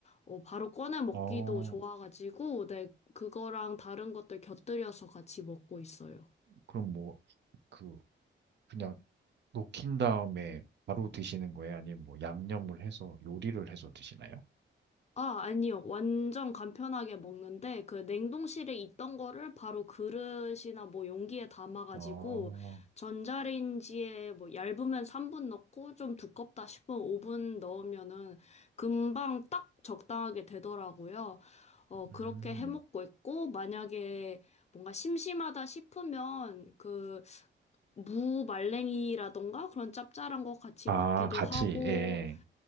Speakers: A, on the left; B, on the right.
A: 어, 바로 꺼내 먹기도
B: 어,
A: 좋아가지고 네, 그거랑 다른 것들 곁들여서 같이 먹고 있어요.
B: 그럼 뭐, 그, 그냥 녹인 다음에 바로 드시는 거예요? 아니면 뭐 양념을 해서 요리를 해서 드시나요?
A: 아, 아니요. 완전 간편하게 먹는데, 그 냉동실에 있던 거를 바로 그릇이나 뭐 용기에 담아가지고,
B: 아,
A: 전자레인지에 뭐 얇으면 3분 넣고, 좀 두껍다 싶으면 5분 넣으면은 금방 딱 적당하게 되더라고요. 어,
B: 음.
A: 그렇게 해 먹고 있고, 만약에 뭔가 심심하다 싶으면, 그, 무 말랭이라던가 그런 짭짤한 거 같이
B: 아,
A: 먹기도
B: 같이,
A: 하고,
B: 예.